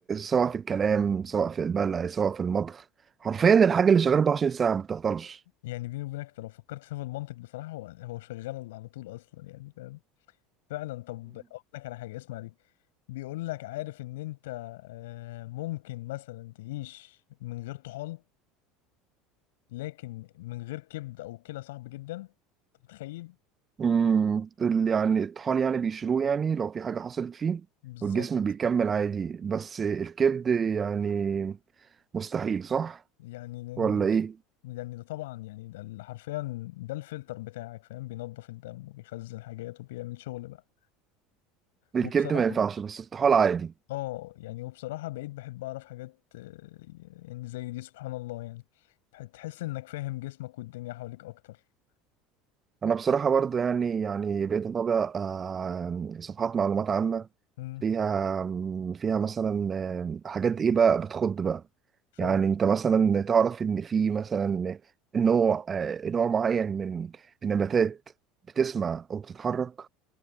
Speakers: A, on the right; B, on the left.
A: سواء في الكلام سواء في البلع سواء في المطبخ حرفيا الحاجه اللي شغاله 24 ساعه ما بتعطلش
B: يعني بيني وبينك أنت لو فكرت فيها بالمنطق بصراحة هو هو شغال على طول أصلا يعني فاهم فعلا طب أقول لك على حاجة اسمع دي بيقول لك عارف إن أنت آه، ممكن مثلا تعيش من غير طحال لكن من غير كبد أو كلى صعب جدا أنت متخيل
A: امم ال- يعني الطحال يعني بيشيلوه يعني لو في حاجة حصلت فيه
B: بالظبط
A: والجسم بيكمل عادي بس الكبد يعني مستحيل صح
B: يعني لأن-
A: ولا ايه
B: يعني ده طبعا يعني ده ال- حرفيا ده الفلتر بتاعك فاهم بينظف الدم وبيخزن حاجات وبيعمل شغل بقى
A: الكبد
B: وبصراحة
A: ما ينفعش بس الطحال عادي
B: اه يعني وبصراحة بقيت بحب اعرف حاجات آه، يعني زي دي سبحان الله يعني بح- تحس انك فاهم جسمك والدنيا حواليك اكتر
A: انا بصراحة برضه يعني يعني بقيت اتابع آه، صفحات معلومات عامة
B: امم
A: فيها فيها مثلا آه، حاجات ايه بقى بتخض بقى
B: فاهم
A: يعني انت مثلا تعرف ان في مثلا نوع آه، نوع معين من النباتات بتسمع وبتتحرك